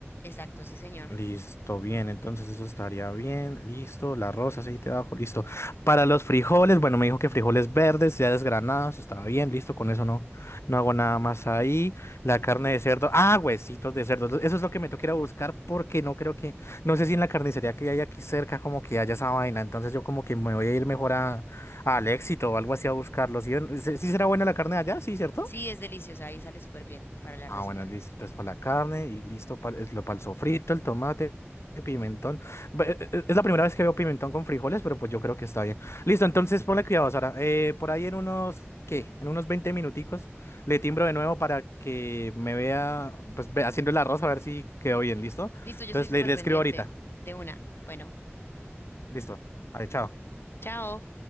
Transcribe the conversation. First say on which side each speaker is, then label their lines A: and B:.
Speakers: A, on the left (about 55°); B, on the left (about 70°).
A: Exacto, sí, señor.
B: Listo, bien, entonces eso estaría bien, listo, la rosa, aceite de ajo, listo. Para los frijoles, bueno, me dijo que frijoles verdes, ya desgranados, estaba bien, listo, con eso no, no hago nada más ahí. La
A: Ujú.
B: carne de cerdo, ah, huesitos de cerdo, eso es lo que me toca ir a buscar porque no creo que, no sé si en la carnicería que hay aquí cerca como que haya esa vaina, entonces yo como que me voy a ir mejor a, al Éxito o algo así a buscarlo, ¿sí? ¿Sí sí será buena la carne de allá? Sí, ¿cierto?
A: Sí, es deliciosa, ahí sale súper bien para la
B: Ah,
A: receta.
B: bueno, listo. Entonces para la carne y listo para el, para el sofrito, el tomate, el pimentón. Bu- eh, eh, Es la primera vez que veo pimentón con frijoles, pero pues yo creo que está bien. Listo, entonces ponle cuidado, Sara. Eh, por ahí en unos, ¿qué? En unos 20 minuticos le timbro de nuevo para que me vea, pues ve- haciendo el arroz a ver si quedó bien, ¿listo?
A: Listo, yo
B: Entonces
A: estoy súper
B: le, le
A: pendiente.
B: escribo ahorita.
A: De una. Bueno,
B: Listo. Vale, chao.
A: chao.